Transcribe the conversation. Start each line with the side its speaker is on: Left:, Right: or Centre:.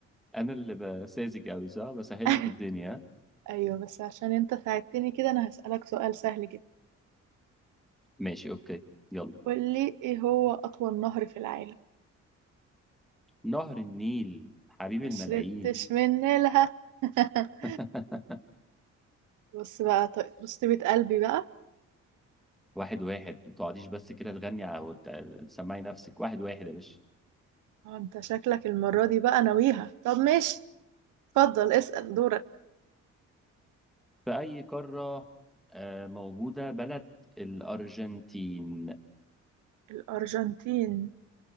Centre: أنا اللي بساذج أوي صح بسهل
Right: <laughs>
Centre: لك الدنيا
Right: ايوه بس عشان انت ساعدتني كده انا هسألك سؤال سهل جدا
Centre: ماشي أوكي يلا
Right: قول لي ايه هو اطول نهر في العالم
Centre: نهر النيل حبيب
Right: ما
Centre: الملايين
Right: شربتش من نيلها <laughs>
Centre: <laughs>
Right: بص بقى طيب بص بيت قلبي بقى
Centre: واحد واحد ما تقعديش بس كده تغني على- وت- تسمعي نفسك واحد واحد يا باشا
Right: اه انت شكلك المرة دي بقى ناويها طب ماشي اتفضل اسأل دورك
Centre: في أي قارة آه، موجودة بلد الأرجنتين
Right: الأرجنتين